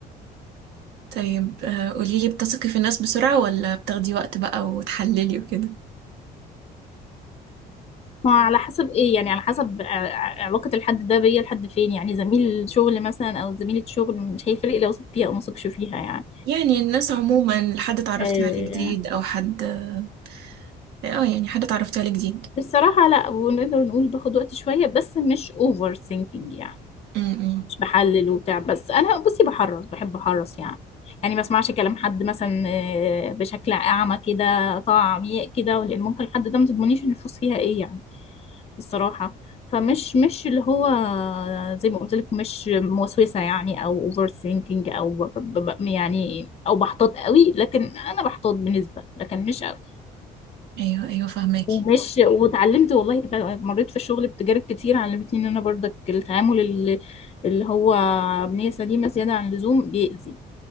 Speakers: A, on the right; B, on the left.
A: طيب آه، قوليلي بتثقي في الناس بسرعة ولا بتاخدي وقت بقى وتحللي وكده
B: ما على حسب ايه يعني على حسب ع- ع- علاقة الحد ده بيا لحد فين يعني زميل شغل مثلا او زميلة شغل مش هيفرق لو وثق فيها او ما وثقش فيها يعني
A: يعني الناس عموما حد اتعرفتي
B: آه
A: عليه جديد او حد اه يعني حد اتعرفتي عليه جديد
B: الصراحة لا ونقدر نقول باخد وقت شوية بس مش اوفر ثينكينج يعني
A: امم
B: مش بحلل وبتاع بس انا بصي بحرص بحب احرص يعني يعني ما اسمعش كلام حد مثلا آه، بشكل اعمى كده طاعة عميق كده لان ممكن الحد ده ما تضمنيش النفوس فيها ايه يعني الصراحة فمش مش اللي هو زي ما قلت لك مش موسوسة يعني او اوفر ثينكينج او ب- ب- ب- يعني او بحتاط قوي لكن انا بحتاط بنسبة لكن مش قوي
A: ايوه ايوه فهماكي
B: ومش واتعلمت والله تع- مريت في الشغل بتجارب كتير علمتني ان انا برضك التعامل اللي, اللي هو بنية سليمة زيادة عن اللزوم بيأذي